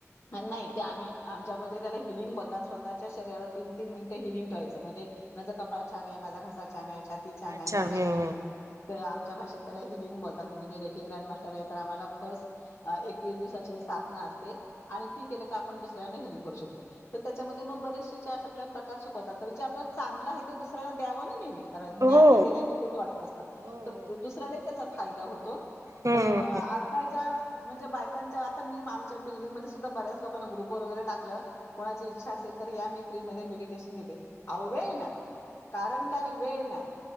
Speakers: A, on the left (about 55°); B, on the right (about 75°).
A: ह नाही ते आम्ही आमच्यामध्ये त्याला हिलिंग बोलतात स्वतःच्या शरीरा तीन तीन मिनटे हिलिंग ठेवायच म्हणजे माझ कपाळ छान आहे, माझा घसा छान आहे, छाती ती छान
B: अच्छा
A: आहे, माझ्या
B: हम्म.
A: शरीरा व आमच्या भाषेत त्याला हिलिंग बोलतात म्हणजे मी रेकी ग्रँडमास्टर आहे तर आम्हाला फर्स्ट. एकवीस दिवसाची साधनां असते आणि ती केले का आपण दुसऱ्यांना हेलिंग करू शकतो. तर त्याच्यामध्ये मग बरेचसे जे आपले प्रकार शिकवतात तर जे आपल्याला चांगलं आहे ते दुसऱ्याला द्यावं ना नेहमी. कारण
B: हो
A: ज्ञान
B: हो
A: हे दिल्याने थोडी वाढत असतं
B: हो
A: तर दुसऱ्यालाही त्याचा फायदा होतो.
B: हम्म
A: तर आजकालच्या.
B: हम्म.
A: म्हणजे बायकांच्या आता मी आमच्या बिल्डिंगमध्ये सुद्धा बऱ्याच लोकांना ग्रुप वगैरे टाकलं. कोणाची इच्छा असेल तर या मी फ्री मध्ये मेडिटेशन घेते. अहो वेळ नाही कारण काय वेळ नाही